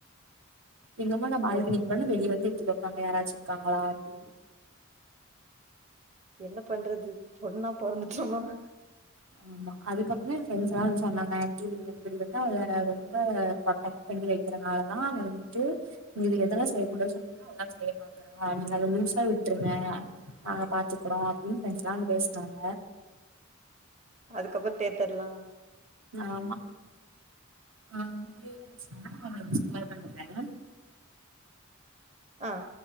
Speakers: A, on the right; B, on the right.
A: எங்கம்மா நான் பால்கனிக்கு
B: எல்
A: போனா வெளிய வந்து <unintelligible> யாராச்சு இருக்காங்களா அப்படினு
B: என்ன பண்றது பொண்ணா பொறந்துட்டோமா
A: ஆமா அதுக்கப்புறம் என் ஃப்ரெண்ட்ஸ்லாம் வந்து சொன்னாங்க ஆன்டி நீங்க இப்டி வந்து அவள ரொம்ப ப்ரொடெக்ட் பண்ணி வைக்கறனாலதான் வந்துட்டு நீங்கயதெல்லாம் செய்யக்கூடாது சொன்னீங்கன்னா அதெல்லாம் செய்ய பாக்குறா நீங்க அத லூஸா விட்டுருங்க நாங்க பாத்துக்குறோம் அப்டின்னுஃபிரெண்ட்ஸ்லாம் வந்து பேசினாங்க
B: அதுக்கப்புறம் டேத்தர்லாம்
A: ஆமா ஆஹ் ஒரே ஒரு நிமிஷம் நெக்ஸ்ட் கால் பண்றேன்
B: ஆஹ்